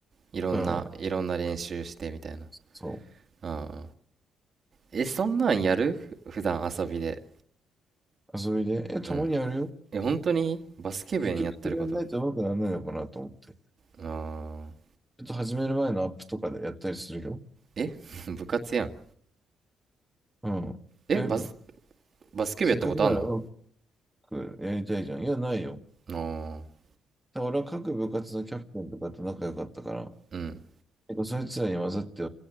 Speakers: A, on the right; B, in the centre.
A: いろんな、
B: うん、
A: いろんな練習してみたいな。
B: そ
A: ああ。え、そんなんやるふ普段遊びで。
B: う。遊びで、いや、たまにやるよ。
A: うん。え、本当にバスケ部員やってること。
B: 結局、それやんないと上手くならないのかなと思って。
A: あー
B: ちょっと始める前のアップとかでやったりするよ。
A: え <laughs> 部活やん。
B: うん。
A: え、
B: え、
A: バス、バスケ部やったことあんの
B: せっかくならうまくやりたいじゃん。いや、ないよ。
A: あ
B: ただ俺は各部活のキャプテンとかと仲良かったから、
A: あー、うん、
B: 結構そいつらに混ざって、